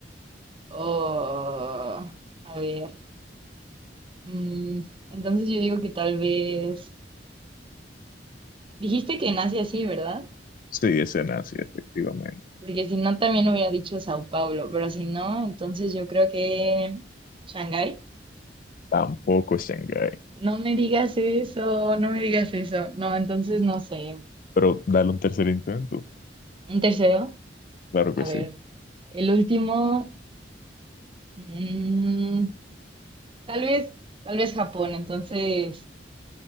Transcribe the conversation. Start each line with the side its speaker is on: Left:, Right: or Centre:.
Right: Oh, a ver. mm, entonces yo digo que tal vez... Dijiste que nace así, ¿verdad?
Left: Sí, es en Asia, efectivamente.
Right: Porque si no, también hubiera dicho Sao Paulo, pero si no, entonces yo creo que... ¿Shanghái?
Left: Tampoco es Shanghái.
Right: No me digas eso, no me digas eso. No, entonces no sé.
Left: Pero dale un tercer intento.
Right: ¿Un tercero?
Left: Claro que
Right: A
Left: sí.
Right: ver. El último... mm, tal vez, tal vez Japón, entonces,